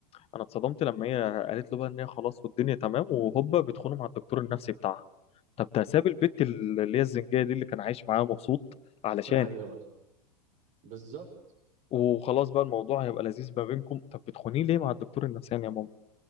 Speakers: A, on the left (about 30°); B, on the right (about 40°).
A: انا اتصدمت لما هي قالت له بقى ان هي خلاص والدنيا تمام وهوبا بتخونه مع الدكتور النفسي بتاعها طب ده ساب البت ال- اللي هي الزنجيه دي اللي كان عايش معاها مبسوط علشان
B: <laughs> ايوه بالظبط
A: وخلاص بقى الموضوع هيبقى لذيذ ما بينكم طب بتخونيه ليه مع الدكتور النفساني يا ماما